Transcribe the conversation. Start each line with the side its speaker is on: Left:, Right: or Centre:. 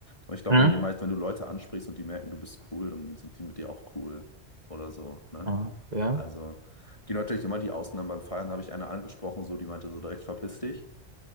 Left: Aber ich glaube,
Right: Hm?
Left: wenn die meist, wenn du Leute ansprichst und die merken, du bist cool, dann sind die mit dir auch cool oder so, ne?
Right: Ah, Ja.
Left: Also, gibt natürlich immer die Ausnahmen. Beim Feiern habe ich eine angesprochen, so, die meinte so direkt, verpiss dich.